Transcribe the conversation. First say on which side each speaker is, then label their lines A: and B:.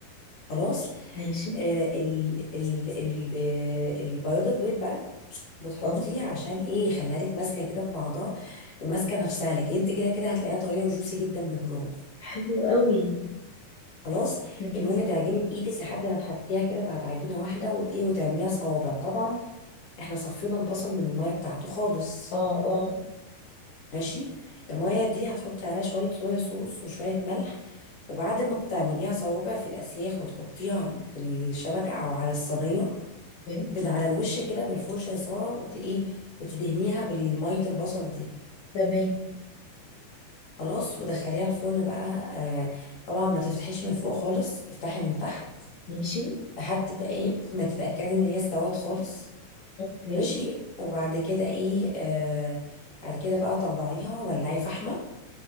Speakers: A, on the left; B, on the left.
A: خلاص
B: ماشي
A: آه ال ال ال آه، البياض البيض بقى بتحطيه
B: اه
A: عشان ايه يخليها لك ماسكه كده في بعضها وماسكه نفسها لك انت كده كده هتلاقيها طريه وجوسي جدا من جوه
B: حلو قوي
A: خلاص
B: تمام
A: المهم تعجني بايدك لحد ما تحطيها كده بعد عجينه واحده وت- ايه وتعمليها صوابع طبعا احنا صفينا البصل من الميه بتاعته خالص
B: اه اه
A: ماشي الميه دي هتحطي عليها شويه صويا صوص وشويه ملح وبعد ما تعمليها صوابع في الاسياخ وتحطيها في الشبكه او على الصينيه
B: اوكي
A: من على الوش كده بالفرشه يا ساره وت ايه وتدهنيها بالميه البصل دي
B: تمام
A: خلاص ودخليها الفرن بقى آه طبعا ما تفتحيش من فوق خالص افتحي من تحت
B: ماشي
A: لحد بقى ايه ما تتأكدي ان هي استوت خالص
B: اوكي
A: ماشي وبعد كده ايه آه بعد كده بقى طلعيها ولعي فحمة